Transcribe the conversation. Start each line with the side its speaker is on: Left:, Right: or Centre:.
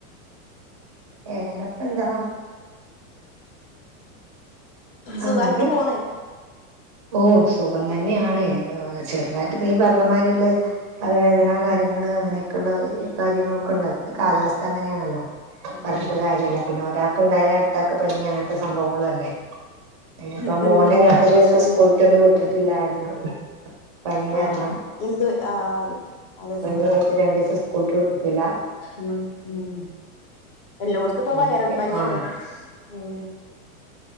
Right: വേറെപ്പന്താ അങ്ങനെ
Left: സുഖായിട്ട് പോണ്
Right: ഓ സുഖം തന്നെയാണ് ചെറുതായിട്ടിപ
Left: ഉം
Right: പറഞ്ഞമാതിരിയുള്ള തലവേദന കാര്യങ്ങൾ അങ്ങനെയൊക്കെ ഒക്കൊണ്ടാവു
Left: ഉം
Right: കാര്യങ്ങളൊക്കെ ഉണ്ടാവും ഈ കാലാവസ്ഥ അങ്ങനെയാണല്ലോ
Left: ഉം
Right: പറഞ്ഞിട്ട് കാര്യല്ല
Left: ഉം
Right: പിന്നെ ഒരാൾക്ക്ണ്ടായ അടുത്താൾക്ക് പനി അങ്ങനത്തെ സംഭവങ്ങളും അല്ലേ ഇപ്പൊ
Left: ഉം
Right: മോനെ
Left: ഉം
Right: രണ്ടു
Left: അത്
Right: ദിവസം
Left: ശരിയാ
Right: സ്കൂൾക്കൊന്നും വിട്ടിട്ടില്ലായിരുന്നു പനി കാരണം
Left: ആഹ് എന്ത് ആ അത് അതന്നെ
Right: പനിയായിട്ട് രണ്ടീസം സ്കൂൾക്ക് വിട്ടിട്ടില്ല
Left: ഉം ഉം എല്ലോടുത്ത് പോ വയറൽ
Right: എനിക്ക്
Left: പനിയാണ്
Right: ആഹ്
Left: ഉം